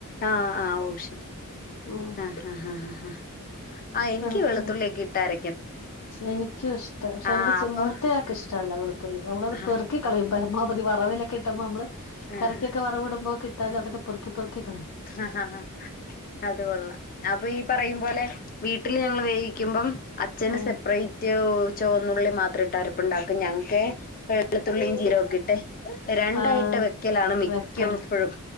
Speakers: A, on the left; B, on the left.
A: ആഹ് ആഹ് ഓ ശരി
B: ഉം
A: ആഹഹ. ആഹ് എനിക്ക്
B: വെളുത്തുള്ളി
A: വെളുത്തുള്ളിയൊക്കെ ഇട്ടാര
B: എനിക്കും ഇഷ്ട, പക്ഷെ
A: ആഹ്
B: എന്റെ
A: അപ്പൊ
B: മൂത്തയാക്ക് ഇഷ്ടല്ല വെളുത്തുള്ളി, അവളത്
A: ആഹ്
B: പെറുക്കി കളയും. പരമാവധി വറവിലൊ കിട്ടുമോ നമ്മള് കറിക്കൊക്കെ
A: ആഹ്
B: വറവിടുമ്പോ കിട്ടാല്, അതൊക്കെ പൊറുക്കി പൊറുക്കിക്കളയും.
A: ആഹ് ആഹ് അത് കൊള്ളാം. അപ്പൊ ഈ പറയുംപോലെ വീട്ടിൽ <unintelligible> വേവിക്കുമ്പം അച്ഛന്
B: ഉം
A: സെപ്പറേറ്റ്... ചോന്നുള്ളി മാത്രംട്ട് അരപ്പ്‌ണ്ടാക്കും ഞക്ക് വെളുത്തുള്ളിയും ജീരകോകിട്ട് രണ്ടായി
B: ആഹ്
A: ട്ട് വെയ്ക്കലാണ് മിയ്കോപ്പഴും
B: വെക്കല്